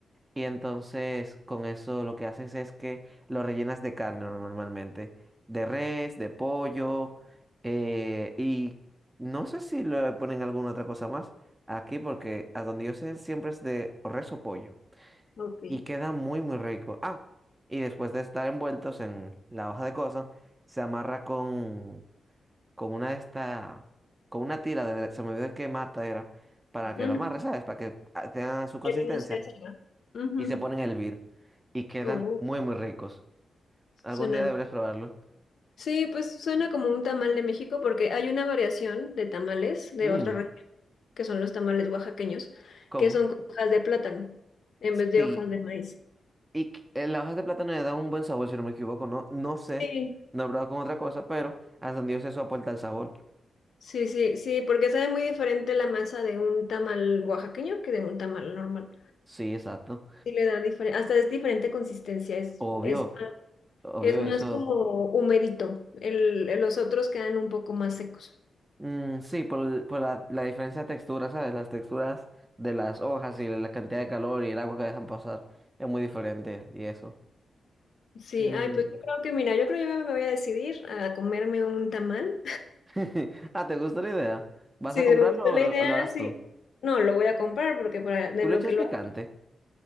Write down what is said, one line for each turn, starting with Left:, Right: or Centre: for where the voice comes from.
Right: Y entonces con eso lo que haces es que lo rellenas de carne normalmente, de res, de pollo, eh, y no sé si le ponen alguna otra cosa más aquí porque a donde yo sé siempre es de res o pollo
Left: Ok.
Right: y queda muy muy rico. Ah, y después de estar envueltos en la hoja de coso, se amarra con, con una de esta, con una tira de, se me olvidó qué mata era, para
Left: Ujú.
Right: que lo amarre, ¿sabes? Para que ah, tenga su consistencia
Left: Ay, No sé, esa no. Ujú.
Right: y se ponen a hervir y quedan
Left: Oh,
Right: muy muy ricos. Algún
Left: suena.
Right: día deberías probarlo.
Left: Sí, pues suena como un tamal de México porque hay una variación de tamales de
Right: Mm,
Left: otra región, que son los tamales oaxaqueños,
Right: ¿cómo?
Left: que son con hojas de plátano en vez de
Right: Sí,
Left: hojas de maíz.
Right: y qu- eh, las hojas de plátano le dan un buen sabor, si no me equivoco, no, no sé,
Left: Sí,
Right: no he probado con otra cosa, pero hasta donde yo sé eso aporta el sabor.
Left: sí, sí, sí, porque sabe muy diferente la masa de un tamal oaxaqueño que de un tamal normal.
Right: Sí, exacto.
Left: Sí le da diferente, hasta es diferente consistencia, es,
Right: Obvio.
Left: es,
Right: Obvio
Left: es más
Right: eso.
Left: como humedito. El, los otros quedan un poco más secos.
Right: Mm, sí, por, el- por la, la diferencia de textura, ¿sabes? Las texturas de las hojas y la cantidad de calor y el agua que dejan pasar es muy diferente y eso.
Left: Sí,
Right: Mm.
Left: ay, pues yo creo que, mira, yo creo que yo me voy a decidir a comerme un tamal.
Right: <laughs> Ah, ¿te gusta la idea? ¿Vas
Left: Si
Right: a
Left: me
Right: comprarlo
Left: gustó
Right: o
Left: la
Right: lo,
Left: idea,
Right: lo harás
Left: sí.
Right: tú?
Left: No, lo voy a comprar porque para en
Right: ¿Tú le
Left: lo
Right: echas
Left: que lo
Right: picante?